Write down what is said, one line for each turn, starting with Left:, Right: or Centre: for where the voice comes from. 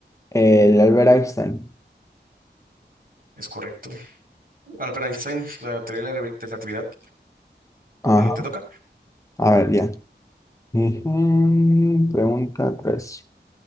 Left: El Albert Einstein.
Right: Es correcto. Albert Einstein, la teoría de la re- relatividad.
Left: Ajá.
Right: Eh, ¿te toca?
Left: A ver, ya. Ujú, Pregunta 3.